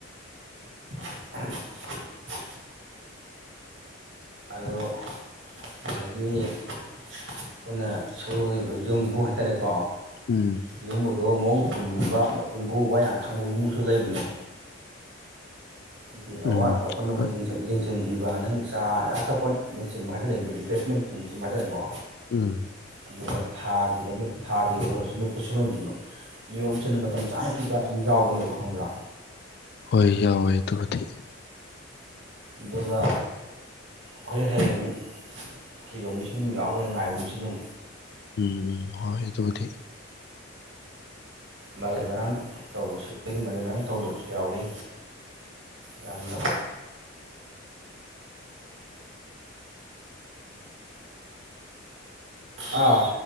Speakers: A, on the right (about 60°); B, on the left (about 55°).
A: <unintelligible> ꯑꯗꯣ ꯉꯁꯥꯏꯒꯤ ꯑꯩꯈꯣꯏꯅ ꯁꯣꯏꯔꯤꯕ ꯌꯨꯝꯕꯨ ꯍꯥꯏꯇꯥꯔꯦꯀꯣ
B: ꯎꯝ
A: ꯌꯨꯝꯕꯨꯗꯣ ꯃꯑꯣꯡ ꯆꯨꯝꯕ ꯌꯨꯝꯕꯨ ꯋꯥ ꯌꯥ ꯈꯪꯕ ꯌꯨꯝꯕꯨꯁꯨ ꯂꯩꯕꯅꯦ ꯑꯩꯈꯣꯏꯒꯤ ꯑꯋꯥꯠ
B: ꯎꯝ
A: ꯑꯄ ꯄꯨꯝꯅꯥꯃꯛ
B: ꯍꯣꯏ
A: ꯌꯦꯡꯁꯟ ꯌꯦꯡꯁꯟꯕ ꯁꯤꯟꯕꯤꯕ ꯅꯪ ꯆꯥ ꯑꯆꯥꯄꯣꯠ ꯅ ꯆꯤꯡꯕ ꯍꯥꯏꯗꯅ ꯂꯩꯕ ꯔꯤꯐ꯭ꯔꯦꯁꯃꯦꯟ ꯆꯤꯡꯕ ꯍꯥꯢꯇꯔꯦꯀꯣ
B: ꯎꯝ
A: ꯑꯗꯨꯒ ꯊꯥꯒꯤ ꯊꯥꯒꯤ ꯑꯣꯏꯔꯣꯁꯨ ꯈꯨꯠꯁꯨꯃꯟꯁꯨ ꯅꯤꯌꯣꯝ ꯆꯨꯝꯅ ꯃꯇꯝ ꯆꯥꯅ ꯄꯤꯕ ꯁꯨꯝ ꯌꯥꯎꯕꯅꯦꯕ ꯈꯪꯕ꯭ꯔꯥ
B: ꯍꯣꯏ ꯌꯥꯎꯋꯦ ꯑꯗꯨꯕꯨꯗꯤ
A: ꯑꯗꯨꯒ ꯍꯣꯔꯦꯟ ꯍꯩꯌꯦꯡ ꯊꯤꯕ ꯃꯤꯁꯨ ꯑꯗꯨꯝ ꯌꯥꯎꯒꯅꯤ ꯉꯥꯏꯕ ꯃꯤꯁꯨ ꯑꯗꯨꯝ
B: ꯎꯝ ꯎꯝ ꯍꯣꯏ ꯑꯗꯨꯕꯨꯗꯤ
A: ꯃꯔꯩ ꯃꯔꯥꯡ ꯇꯧꯕꯁꯨ ꯃꯔꯩ ꯃꯔꯥꯡ ꯇꯧꯗꯕꯁꯨ ꯌꯥꯎꯢ ꯌꯥꯝꯅ ꯑꯥ